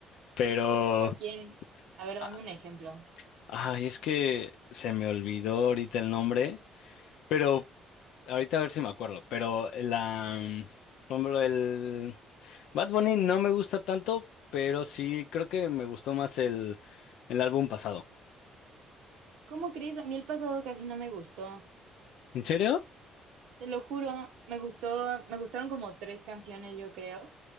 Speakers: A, on the left; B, on the right.
A: Pero,
B: Como quien, a ver, dame
A: a-
B: un ejemplo.
A: ay, es que se me olvidó ahorita el nombre, pero ahorita a ver si me acuerdo. Pero la, mm, por ejemplo, el Bad Bunny no me gusta tanto, pero sí creo que me gustó más el, el álbum pasado.
B: ¿Cómo crees? A mí el pasado casi no me gustó.
A: ¿En serio?
B: Te lo juro, me gustó, me gustaron como tres canciones, yo creo.